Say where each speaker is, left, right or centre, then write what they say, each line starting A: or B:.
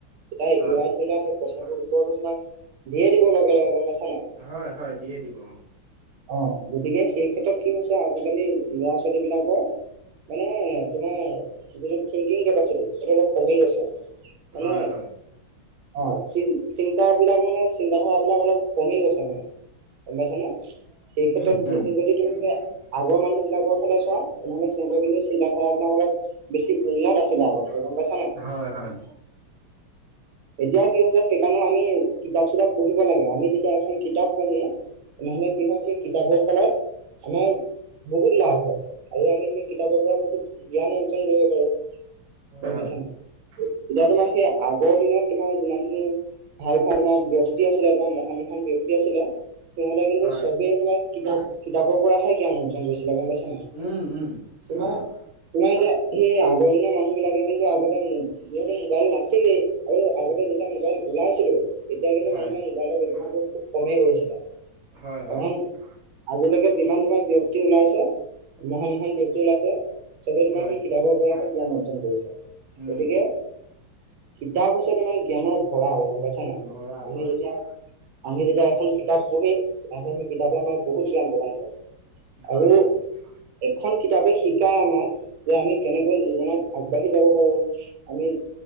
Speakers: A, on the right; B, on the right.
A: তেতিয়া এ
B: হয়
A: আই ধৰি লোৱা সেই- পইচা টো লুকুৱাই লৈছে নহয়, দিয়ে দিব লগে-লগে গম পাইছা নে নাই।
B: হয়-হয়, দিয়ে দিব অঁহ', -।
A: অঁহ', গতিকে সেই ক্ষেত্ৰত কি হৈছে, আজিকালি লৰা-ছোৱালী বিলাকৰ- মানে তোমাৰ যিটো থিংকিং কেপাচিটি সেইটো অলপ কমি গৈছে। মানে
B: হয় হয়
A: অঁহ', চ-চিন্তা বিলাক মানে- চিন্তা ধাৰাবিলাক অলপ কমি গৈছে মানে, গম পাইছ নে? সেই ক্ষেত্ৰত
B: উম উম
A: যদি তুমি- আগৰ মানুহ বিলাকৰ ফালে চোৱা, তেনেহ'লে সিহঁতৰ কিন্তু চিন্তা ধাৰাবিলাক অলপ বেছি উন্নত আছিলে আগতকৈ, গম পাইছ নাই?
B: হয় হয়
A: এতিয়া কি হৈছে সেইকাৰণে আমি কিতাপ-চিতাপ পঢ়িব লাগে। আমি যেতিয়া এখন কিতাপ পঢ়ো তেনেহ'লে কি হয় সেই কিতাপৰ ফলত। আমাৰ বহুত লাভ হয় আৰু আমি সেই কিতাপৰ পৰা বহুত জ্ঞান অৰ্জন কৰিব পাৰো।
B: হয়
A: গম
B: হয়
A: পাইছা ন এতিয়া তোমাৰ সেই আগৰ দিনত তোমাৰ যিমান খিনি। ভাল ভাল তোমাৰ ব্যক্তি আছিলে তোমাৰ মহান মহান ব্যক্তি আছিলে সিহ'তে কিন্তু
B: হয়।
A: চবেই তোমাক কিতাপ কিতাপৰ পৰাহে জ্ঞান অৰ্জন কৰিছিলে গম পাই।
B: উম, উম,
A: তোমাৰ
B: হয়।
A: তোমাৰ এতিয়া সেই আগৰ দিনৰ মানুহ বিলাকে কিন্তু আগতে। যিহেতু মোবাইল নাছিলেই আৰু আগতে যেতিয়া মোবাইল ওলাইছিলো। তেতিয়া কিন্তু
B: হয়,
A: মানুহে মোবাইলৰ ব্যৱহাৰটো খুব কমেই কৰিছিলে
B: হয়,
A: কাৰণ।
B: হয়,
A: আজিলৈকে যিমান তোমাৰ ব্যয়ক্তি ওলাইছে মহান মহান ব্যয়ক্তি ওলাইছে। চবেই তোমাৰ
B: হয়।
A: সেই কিতাপৰ পৰাহে জ্ঞান অৰ্জন কৰিছে
B: উম,
A: গতিকে। কিতাপ হৈছে তমাৰ জ্ঞানৰ ভৰাল গম পাইছা নাই
B: ভঁৰাল
A: আমি
B: হয়।
A: যেতিয়া। আমি যেতিয়া এখন কিতাপ পঢ়ম তেতিয়া হ'লে সেই কিতাপে আমাৰ বহুত জ্ঞান প্ৰদান কৰে।
B: হয়,
A: আৰু।
B: হয়,
A: এখন কিতাপে শিকায় আমাক যে আমি কেনেকৈ জীৱনত আগবাঢ়ি যাব পাৰো। আমি